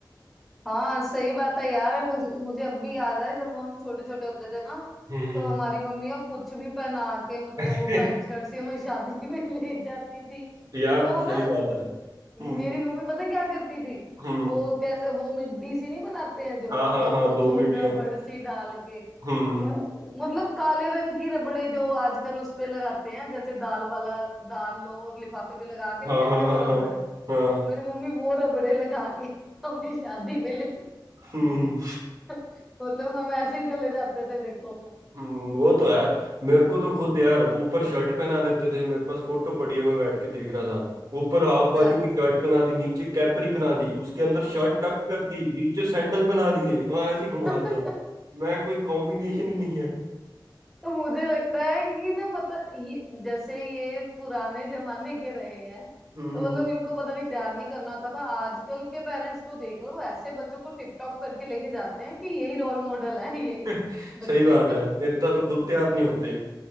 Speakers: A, in the centre; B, on the right.
A: हाँ सही बात है यार मुझे मुझे अब भी याद है जब हम छोटे छोटे होते थे ना
B: हम्म हम्म
A: तो हमारी मम्मियाँ कुछ भी पहना के मतलब
B: <laughs>
A: वो पैंट शर्ट से हमें शादी <laughs> में ले जाती थी
B: यार
A: वो
B: सही
A: ना
B: बात है हम्म
A: मेरी मम्मी पता क्या करती थी
B: हम्म
A: वो कैसे वो मिड्डी सी नहीं बनाते हैं जो
B: हाँ
A: मतलब
B: हाँ हाँ
A: वो
B: दो
A: छोड़
B: मिट्टियाँ
A: रबड़ सी डाल के
B: हम्म
A: वो- मतलब काले रंग की रबड़े जो आजकल उस पे लगाते हैं जैसे दाल वाला दाल लो और लिफाफे पे लगा के नहीं
B: हाँ
A: देते
B: हाँ
A: वो
B: हाँ हाँ
A: रबड़
B: हाँ
A: मेरी मम्मी वो रबड़े लगा के <laughs> हमें शादी में ले
B: हम्म
A: <laughs> मतलब हम ऐसे ही चले जाते थे देखो
B: हम्म, वो तो है मेरे को तो खुद यार ऊपर शर्ट पहना देते थे मेरे पास फोटो पड़ी है मैं बैठ के देख रहा था ऊपर हाफ बाजू
A: हाँ
B: की शर्ट पहना दी नीचे कैपरी पहना दी उसके अंदर शर्ट टक कर दी नीचे सैंडल पहना दिए और ऐसे ही घुमा
A: <laughs>
B: रहे हैं मैं कोई कॉम्बिनेशन ही नहीं है
A: तो मुझे लगता है कि ना पता ये जैसे ये पुराने जमाने के रहे हैं
B: हम्म
A: तो मतलब इनको पता नहीं तैयार नहीं करना होता था आजकल के पेरेंट्स को देख लो ऐसे बच्चों को टिप टॉप करके लेके जाते हैं कि यही रोल मॉडल है ये
B: <laughs>
A: बच्चे
B: सही बात है इतना तो खुद तैयार नहीं होते